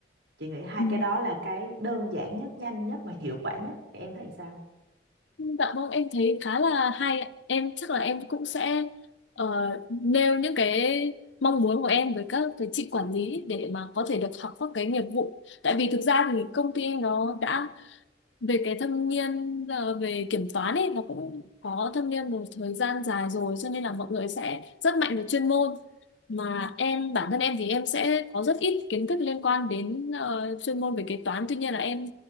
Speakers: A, on the right; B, on the left.
A: chị nghĩ hai
B: Ừ.
A: cái đó là cái đơn giản nhất nhanh nhất mà hiệu quả nhất thì em thấy sao
B: Dạ vâng em thấy khá là hay ạ. em chắc là em cũng sẽ ờ, nêu những cái mong muốn của em với các cái chị quản lý để mà có thể được học các cái nghiệp vụ tại vì thực ra thì công ty em nó đã về cái thâm niên ờ, về kiểm toán ấy nó cũng có thâm niên một thời gian dài rồi cho nên là mọi người sẽ rất mạnh về chuyên môn mà em bản thân em thì em sẽ có rất ít kiến thức liên quan đến ờ, chuyên môn về kế toán tuy nhiên là em